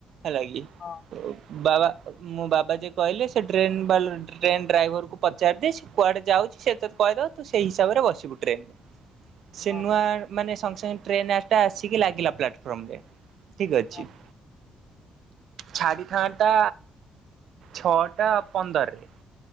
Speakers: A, on the right; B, on the left.
A: ହେଲା କି
B: ହଁ।
A: ବାବା ମଁ ବାବା ଯିଏ କହିଲେ ସେ ଟ୍ରେନ୍ ବାଲଟି ଟ୍ରେନ୍ ଡ୍ରାଇଭରକୁ ପଚାରିଦେ ସେ କୁଆଡ଼େ ଯାଉଚି ସେ ତତେ କହିଦେବ ତୁ ସେଇ ହିସାବରେ ବସିବୁ ଟ୍ରେନ୍ ରେ ସେ
B: ହଁ
A: ନୂଆ ମାନେ ସଙ୍ଗେ ସଙ୍ଗେ ଟ୍ରେନ୍ ଟା ଆସିକି ଲାଗିଲା ପ୍ଲାଟଫର୍ମ ରେ ଠିକ୍ ଅଛି।
B: ହଁ
A: ଛାଡ଼ିଥାନ୍ତା ଛଅଟା ପନ୍ଦରରେ